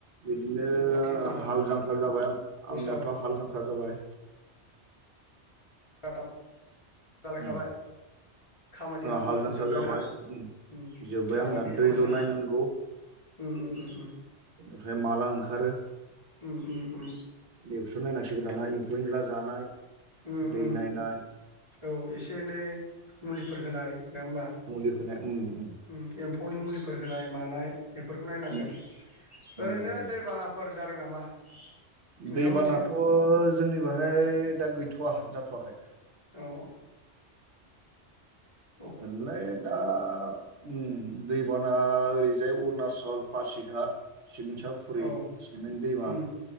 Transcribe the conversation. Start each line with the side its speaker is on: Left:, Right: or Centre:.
Right: बिदिनो
Left: बाखि खबर
Right: हाल जांखा् जाबाय।
Left: दस्रा
Right: आंनियाथ' हाल जांखा् जाबाय।
Left: साटप जालायखाबाय।
Right: उम
Left: खामानिया
Right: ओ
Left: होमबा
Right: हाल जांख्रा
Left: जोब्बाय
Right: जाबाय।
Left: ना उम
Right: जोब्बाय
Left: आबादनि
Right: आंना
Left: खामानिया
Right: दैल' नायनांगौ।
Left: उम उम उम
Right: ओमफ्राय माला ओंखारो
Left: उम उम उम
Right: बेखौस' नायनांसिगो जों गदाना एम्फौ एनला जानाय,
Left: उम
Right: दै
Left: उम
Right: नायनाय
Left: औ एसे एनै मुलिफोर होनाय नङा होमबा
Right: मुलि होनाय उम उम
Left: ओम एम्फौनि मुलिफोर होनाय मानाय। बेफोरखौ नायनांगोन।
Right: उम नायनांगौ
Left: ओरैनो दैबानाफोर जादों नामा? नोंथांमोनथिं
Right: दैबानाथ' जोंनि बेहाय दा गैथ'वा जाथ'वाखै।
Left: औ अ
Right: ओरैलाय दा उम दैबाना ओरैजाय अरुणाचल, पासिघाट, सिमन्साफुरि,
Left: औ
Right: सिमेन्ट दैमा।
Left: उम